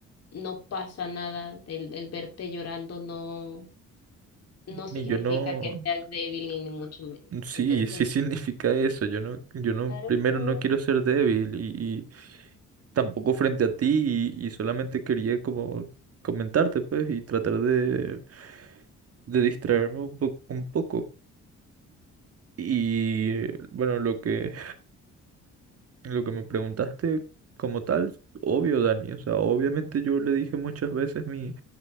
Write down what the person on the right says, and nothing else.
Y
yo no,
sí,
sí <laughs> significa eso, yo no, yo no,
primero
no quiero ser débil y, y tampoco frente a ti y, y solamente quería como comentarte, pues, y tratar de, de distraerme un po- un poco. Y bueno, lo que... Lo que me preguntaste como tal, obvio, Dani, o sea, obviamente yo le dije muchas veces mi,